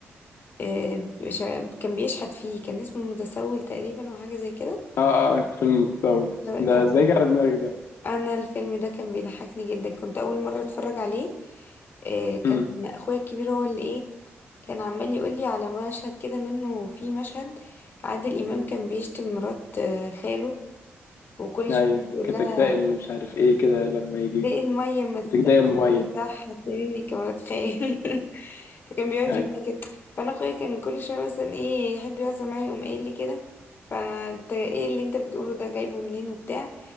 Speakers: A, on the left (about 45°); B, on the left (about 70°).
A: آه، شا- كان بيشحت فيه كان اسمه المتسول تقريبا او حاجة زي كده
B: اه اه فيلم متصور
A: لو انت
B: ده ازاي جه على دماغك ده
A: انا الفيلم ده كان بيضحكني جدا كنت اول مره اتفرج عليه إيه كان
B: مم.
A: اخويا الكبير هو اللي ايه كان عمال يقول لي على مشهد كده منه في مشهد عادل امام كان بيشتم مرات آه، خاله وكل
B: ايوه
A: شويه يقول
B: كتجداء
A: لها
B: اللي مش عارف ايه كده لما يجي
A: دق المية ما تبدأ
B: كتجداء الميه
A: مرتاح هتعملني كمان خيال <laughs> فكان بيقعد
B: ايوه
A: يقول لي كده فأنا أخويا كان كل شوية مثلا إيه يحب يهزر معايا يقوم قايل لي كده فأنا أنت إيه اللي أنت بتقوله ده جايبه منين وبتاع